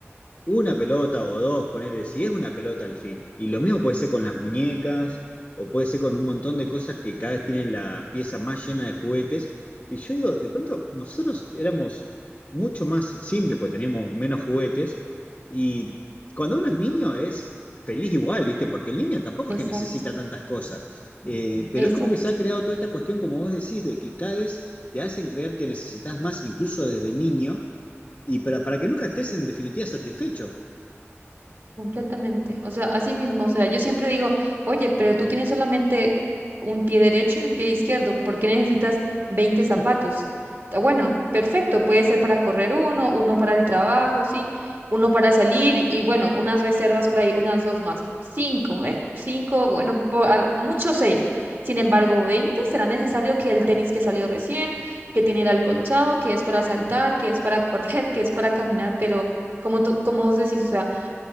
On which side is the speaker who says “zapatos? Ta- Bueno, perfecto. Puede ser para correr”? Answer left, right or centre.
Right